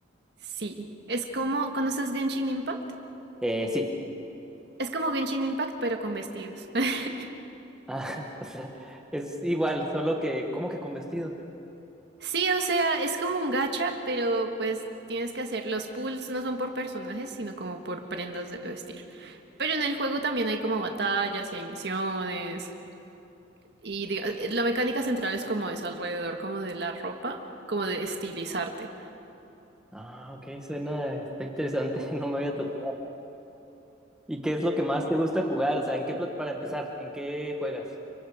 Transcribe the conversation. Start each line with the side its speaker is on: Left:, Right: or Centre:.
Right: Sí, es como, ¿conoces Genshin Impact?
Centre: Eh, sí.
Right: Es como Genshin Impact, pero con vestidos. <laughs>
Centre: Ah, <laughs> o sea, es igual, solo que, ¿cómo que con vestidos?
Right: Sí, o sea, es como un gacha, pero pues tienes que hacer, los pulls no son por personajes, sino como por prendas de vestir. Pero en el juego también hay como batallas y hay misiones. Y diga- eh, la mecánica central es como eso, alrededor como de la ropa, como de estilizarte.
Centre: Ah, ok, suena, está interesante, <laughs> no me había tocado. ¿Y qué es lo que más te gusta jugar? O sea, ¿en qué, plat- para empezar, ¿en qué juegas?